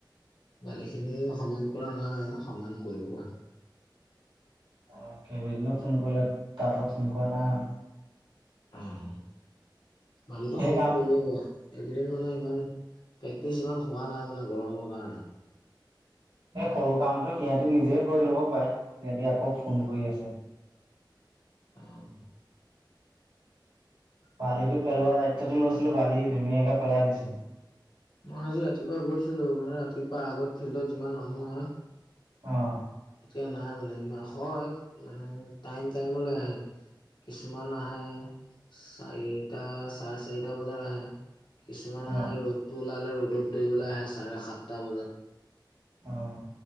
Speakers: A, on the left; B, on the right.
A: বালিখিনি সমান কৰা নাই, সমান কৰিবহে।
B: অ কেইদিননো ফোন কৰিলে, তাৰ পৰা ফোন কৰা নাই।
A: উম, বালিটো
B: সেই
A: সমান
B: কাম
A: কৰিব বাৰু। এইকেইদিন মানে ইমান প্ৰেক্টিচ ইমান হোৱা নাই মানে গৰমৰ কাৰণে।
B: এই সৰু কামটো সিহঁতি নিজে কৰি ল'ব পাৰে, সিহঁতি আকৌ ফোন কৰি আছে।
A: উম।
B: বালিটো পেলোৱা দায়িত্বটো লৈছিলো বালি ধুনীয়াকে পেলাই দিছিলো।
A: মই আজি ৰাতিপুৱা গৈছিলো, মানে ৰাতিপুৱা আগত ফিল্ডত যিমান মানুহ হয়।
B: অঁ।
A: এতিয়া নাই মানে, নহয় মানে টাইম টাইমলৈ আহে। কিছুমান আহে, চাৰিটা চাৰে চাৰিটা বজাত আহে। কিছুমান
B: অ
A: আহে ৰ'দটো ওলালে ৰ'দত দৌৰিবলৈ আহে চাৰে সাতটা বজাত।
B: অঁ।